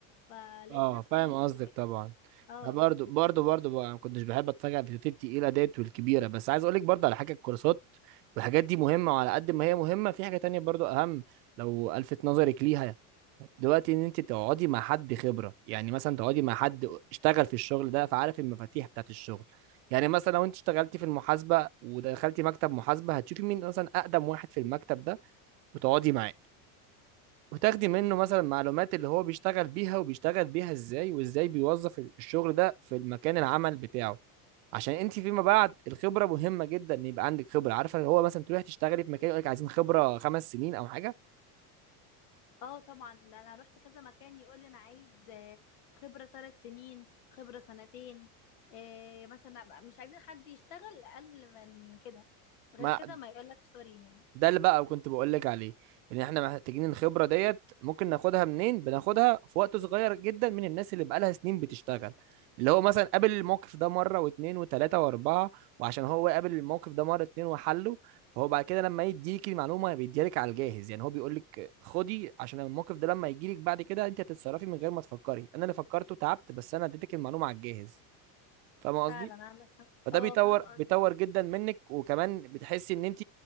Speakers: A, on the left; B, on the right.
A: فلقيت
B: اه
A: نفسي
B: فاهم قصدك
A: بقيت
B: طبعا
A: اه
B: انا برضو برضو برضو بقى ما كنتش بحب اتفرج على الفيديوهات التقيله ديت والكبيره بس عايز اقول لك برضو على حاجه الكورسات والحاجات دي مهمه وعلى قد ما هي مهمه في حاجه تانية برضو اهم لو الفت نظرك ليها دلوقتي ان انت تقعدي مع حد خبره يعني مثلا تقعدي مع حد اشتغل في الشغل ده فعارف المفاتيح بتاعت الشغل يعني مثلا لو انت اشتغلتي في المحاسبه ودخلتي مكتب محاسبه هتشوفي مين مثلا اقدم واحد في المكتب ده وتقعدي معاه وتاخدي
A: ايه هي
B: منه مثلا معلومات اللي هو بيشتغل بيها وبيشتغل بيها ازاي وازاي بيوظف الشغل ده في المكان العمل بتاعه عشان انت فيما بعد الخبره مهمه جدا ان يبقى عندك خبره عارفه اللي هو مثلا تروحي تشتغلي في مكان يقول لك عايزين خبره خمس سنين او حاجه
A: اه طبعا ده انا رحت كذا مكان يقول لي انا عايز آه، خبرة ثلاث سنين خبرة سنتين آه، مثلا مش عايزين حد يشتغل اقل من كده غير
B: ما
A: كده ما يقول لك سوري يعني
B: ده اللي بقى كنت بقول لك عليه ان احنا محتاجين الخبره ديت ممكن ناخدها منين بناخدها في وقت صغير جدا من الناس اللي بقالها سنين بتشتغل اللي هو مثلا قابل الموقف ده مره واتنين وتلاته واربعه وعشان هو قابل الموقف ده مره اتنين وحله فهو بعد كده لما يديك المعلومه بيديلك على الجاهز يعني هو بيقول لك خدي عشان الموقف ده لما يجيلك بعد كده انت هتتصرفي من غير ما تفكري انا اللي فكرته تعبت بس انا اديتك المعلومه على الجاهز فاهم قصدي
A: فعلا عندك حق
B: فده
A: اه
B: بيطور
A: فاهمة قصدك
B: بيطور جدا منك وكمان بتحسي ان انت